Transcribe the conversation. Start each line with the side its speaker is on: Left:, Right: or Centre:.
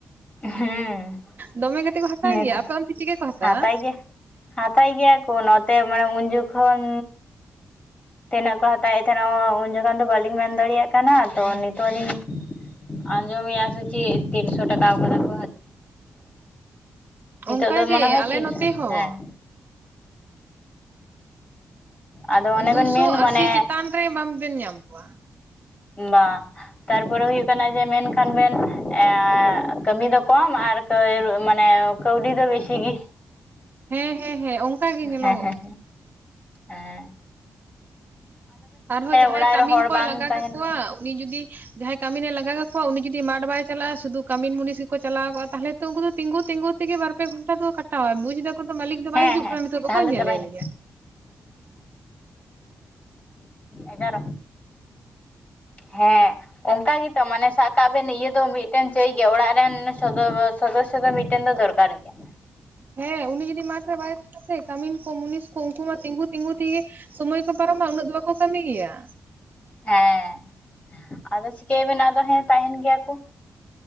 Left: ᱦᱩᱸ
Right: ᱫᱚᱢᱮ ᱠᱟᱛᱮ ᱠᱚ ᱦᱟᱛᱟᱣ
Left: ᱱᱮᱛᱟᱨ
Right: ᱜᱮᱭᱟ ᱟᱯᱮ ᱚᱱᱛᱮ ᱪᱤᱠᱟᱹ ᱠᱚ ᱦᱟᱛᱟᱣᱟ
Left: ᱦᱟᱛᱟᱭ ᱜᱮ ᱦᱟᱛᱟᱭ ᱜᱮᱭᱟ ᱠᱚ ᱱᱚᱛᱮ ᱢᱟᱱᱮ ᱩᱱ ᱡᱚᱠᱷᱚᱱ ᱛᱤᱱᱟᱹᱜ ᱠᱚ ᱦᱟᱛᱟᱣᱮᱫ ᱛᱟᱦᱮᱱᱟ ᱩᱱ ᱡᱚᱠᱷᱚᱱ ᱫᱚ ᱵᱟᱹᱞᱤᱧ ᱢᱮᱱ ᱫᱟᱲᱮᱭᱟᱜ ᱠᱟᱱᱟ ᱛᱚ ᱱᱤᱛᱚᱜ ᱞᱤᱧ ᱟᱡᱚᱢᱤᱜ-ᱟ ᱥᱮᱪᱮᱜ ᱛᱤᱱᱥᱚ ᱴᱟᱠᱟᱣ ᱠᱟᱱᱟ ᱾ ᱱᱤᱛᱚᱜ
Right: ᱚᱝᱠᱟ
Left: ᱫᱚ
Right: ᱜᱮ
Left: ᱢᱚᱱᱮ ᱦᱚᱭ
Right: ᱟᱞᱮ
Left: ᱛᱤᱱᱥᱚ
Right: ᱱᱚᱛᱮ ᱦᱚᱸ
Left: ᱦᱮᱸ ᱟᱫᱚ ᱚᱱᱮ
Right: ᱫᱩᱥᱚ
Left: ᱵᱮᱱ ᱢᱮᱱ
Right: ᱟᱥᱤ
Left: ᱢᱟᱱᱮ
Right: ᱪᱮᱛᱟᱱ ᱨᱮ ᱵᱟᱢ ᱵᱮᱱ ᱧᱟᱢ ᱠᱚᱣᱟ ᱾
Left: ᱵᱟᱸ ᱛᱟᱨᱯᱚᱨᱮ ᱦᱩᱭᱩᱜ ᱠᱟᱱᱟ ᱡᱮ ᱢᱮᱱᱠᱷᱟᱱ ᱵᱮᱱ ᱮ ᱠᱟᱹᱢᱤ ᱫᱚ ᱠᱚᱢ ᱟᱨ ᱢᱟᱱᱮ ᱠᱟᱹᱣᱰᱤ ᱫᱚ ᱵᱮᱥᱤ ᱜᱤ
Right: ᱦᱮᱸ ᱦᱮᱸ ᱦᱮᱸ ᱚᱱᱠᱟ ᱜᱮ ᱧᱮᱞᱚᱜᱚᱜ
Left: ᱦᱮᱸ ᱦᱮᱸ ᱦᱮᱸᱻ
Right: ᱟᱨᱦᱚᱸ ᱡᱟᱦᱟᱸᱭ
Left: ᱚᱲᱟᱜ
Right: ᱠᱟᱹᱢᱤᱱ
Left: ᱨᱮ ᱦᱚᱲ
Right: ᱠᱚᱭ
Left: ᱵᱟᱝ
Right: ᱞᱟᱜᱟ
Left: ᱛᱟᱦᱮᱱ
Right: ᱠᱟᱠᱚᱣᱟ
Left: ᱠᱷᱟᱱ
Right: ᱩᱱᱤ ᱡᱩᱫᱤ ᱡᱟᱸᱦᱟᱸᱭ ᱠᱟᱹᱢᱤᱱᱮ ᱞᱟᱜᱟ ᱠᱟᱠᱚᱣᱟ ᱩᱱᱤ ᱡᱩᱫᱤ ᱢᱟᱴ ᱵᱟᱭ ᱪᱟᱞᱟᱜ-ᱟ ᱥᱩᱫᱩ ᱠᱟᱹᱢᱤ ᱢᱩᱱᱤᱥ ᱜᱮᱠᱚ ᱪᱟᱞᱟᱣ ᱠᱚᱜ-ᱟ ᱛᱟᱦᱞᱮ ᱛᱚ ᱩᱱᱠᱩ ᱫᱚ ᱛᱤᱜᱩ ᱛᱤᱜᱩ ᱛᱮᱜᱮ ᱵᱟᱨ ᱯᱮ ᱜᱷᱚᱱᱴᱟ ᱫᱚ ᱠᱚᱴᱟᱣᱟ ᱢᱩᱡᱽ ᱮᱫᱟ ᱫᱚ ᱢᱟᱹᱞᱤᱠ ᱫᱚ
Left: ᱦᱮᱸ
Right: ᱵᱟᱭ ᱦᱤᱡᱩᱜ
Left: ᱦᱮᱸ
Right: ᱠᱟᱱ ᱱᱤᱛᱚᱜ ᱫᱚ
Left: ᱛᱟᱦᱚᱞᱮ
Right: ᱚᱠᱚᱭ ᱧᱮᱞ
Left: ᱪᱟᱵᱟᱭᱮᱱᱟ
Right: ᱞᱮᱭᱟ᱾
Left: ᱮᱜᱟᱨᱚ? ᱦᱮᱸ᱾ ᱚᱱᱠᱟ ᱜᱮᱛᱚ ᱢᱟᱱᱮ ᱥᱟᱜ ᱠᱟᱜ ᱵᱮᱱ ᱤᱭᱟᱹ ᱫᱚ ᱢᱤᱫᱴᱮᱱ ᱪᱟᱹᱭ ᱜᱮᱭᱟ ᱚᱲᱟᱜ ᱨᱮᱱ <unintelligible> ᱥᱚᱫᱚᱥᱥᱚ ᱫᱚ ᱢᱤᱫᱴᱮᱱ ᱫᱚ ᱫᱚᱨᱠᱟᱨ ᱜᱮᱭᱟ᱾
Right: ᱦᱮᱸ ᱩᱱᱤ ᱡᱩᱫᱤ ᱢᱟᱴᱷ ᱨᱮ ᱵᱟᱭ ᱛᱟᱦᱮᱸᱱᱟ ᱥᱮ ᱠᱟᱹᱢᱤᱱ ᱠᱚ ᱢᱩᱱᱤᱥ ᱠᱚ ᱩᱱᱠᱩ ᱢᱟ ᱛᱤᱸᱜᱩ ᱛᱤᱸᱜᱩ ᱛᱤᱼ ᱥᱚᱢᱚᱭ ᱠᱚ ᱯᱟᱨᱚᱢᱟ ᱩᱱᱟᱹᱜ ᱫᱚ ᱵᱟᱠᱚ ᱠᱟᱹᱢᱤᱭ ᱜᱮᱭᱟ᱾
Left: ᱦᱮᱸ, ᱟᱫᱚ ᱪᱤᱠᱟᱹᱭᱟ ᱵᱮᱱ ᱟᱫᱚ ᱦᱮᱸ ᱛᱟᱦᱮᱱ ᱜᱮᱭᱟ ᱠᱚ᱾